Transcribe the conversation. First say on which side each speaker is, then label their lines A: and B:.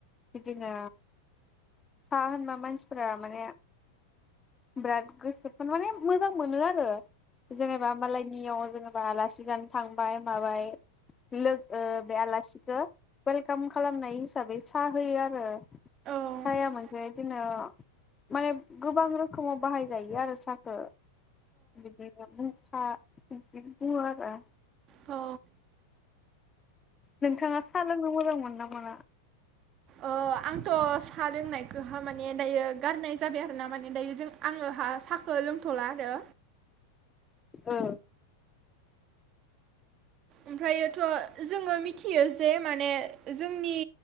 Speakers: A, on the left; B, on the right.
A: बिदिनो सा होनबा मानसिफोरा माने बिराद गोसोखोन माने मोजां मोनो आरो। जेनेबा मालानियाव जेनेबा आलासि जानो थांबाय माबाय लोगो बे आलासिखौ वेलकाम खालामनाय हिसाबै साहा होयो आरो साहाया
B: औ
A: मोनसे बिदिनो माने गोबां रोखोमाव बाहायजायो आरो साहाखौ। बिदिनो बुं हा बिदिनो बुङो आरो।
B: औ।
A: नोंथाङा साहा लोंनो मोजां मोन ना मोना?
B: ओ आंथ साहा लोंनायखौहा माने दायो गारनाय जाबाय आरो ना माने दायो जों आङोहा साहाखौ लोंथला आरो।
A: ओ।
B: ओमफ्रयोथ जोङो मिथियो जे माने जोंनि